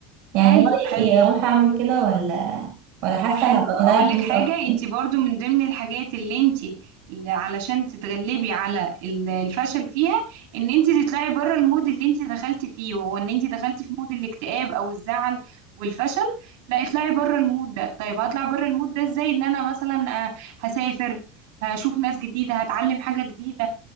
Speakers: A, on the right (about 55°); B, on the right (about 75°).
A: يعني
B: حلو
A: إيه رأيك
B: حلو
A: ايه اروح اعمل كده ولا ولا حاسة
B: حلو
A: هبقى
B: اقول
A: بضيع فلوس
B: لك حاجه
A: اكتر
B: انت برضو من ضمن الحاجات اللي انت اللي علشان تتغلبي على ال- الفشل فيها ان انت تطلعي بره المود اللي انت دخلتي فيه وهو ان انت دخلتي في مود الاكتئاب او الزعل والفشل لا اطلعي بره المود ده طيب هطلع بره المود ده ازاي ان انا مثلا آه، هسافر هشوف ناس جديده هتعلم حاجه جديده